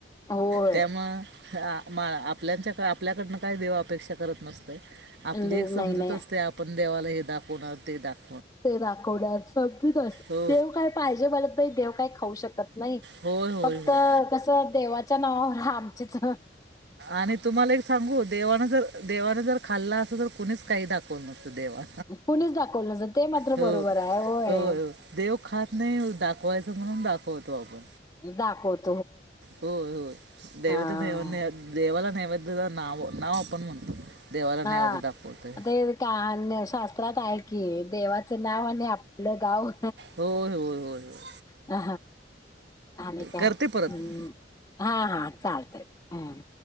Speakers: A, on the left (about 20°); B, on the right (about 70°).
A: होय
B: त्यामुळं आ मा आपल्याच्या आपल्याकडनं काय देव अपेक्षा करत नसतय आपली
A: नाही
B: एक समजुत
A: नाही
B: असत्या आपण देवाला हे दाखवणार ते दाखवणार
A: ते दखवड्या समजच
B: हो
A: देव काय पाहिजे मानत नाही देव काय खाऊ शकत नाही
B: होय होय
A: फक्त
B: होय
A: कसं देवाच्या नावावर आमचेच
B: आणि तुम्हाला एक सांगू देवान जर देवान जर खाल्ला असल तर कुणीच काही दाखव न देवा
A: कुणीच दाखवलं नसतं ते मात्र
B: हो
A: बरोबर आहे होय
B: हो देव खात नाही दाख वायचं म्हणून दाखवतो आपण
A: दाखवत
B: होय होय देवे
A: हा
B: देवाला नैवेद्य नाव नाव आपण म्हणतो देवाला
A: हा
B: नैवेद्य दाखवतोय
A: ते काान शास्त्रात आहे कि देवाचं नाव आणि आपलं गाव
B: होय होय होय हो
A: अ आणि काय
B: करते परत
A: हम हा हा चालतय हम